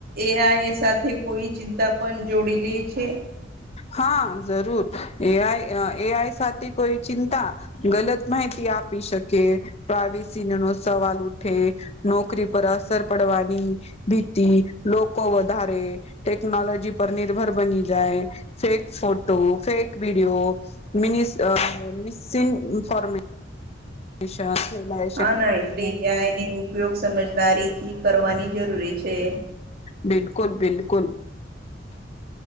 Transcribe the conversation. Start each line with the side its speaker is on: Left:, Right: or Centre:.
Right: એ આઈ સાથે કોઈ ચિંતા પણ જોડી લે છે?
Left: હા ઝરૂર એ આઈ એ આઈ સાથે કોઈ ચિંતા ગલત માહિતી આપી શકે પ્રાઇવેસીનો સવાલ ઉઠે. નોકરી પર અસર પડવાની. ભીતિ, લોકો વધારે ટેકનોલોજી પર નિર્ભર બની જાય. ફેક ફોટો, ફેક વિડીયો મિનીસ મિસિન્ગ ઇન્ફરમે <unintelligible>
Right: હા ના એટલી એની ઉપયોગ સમજદારીથી કરવાની જરૂરી છે.
Left: બિલકુલ બિલકુલ.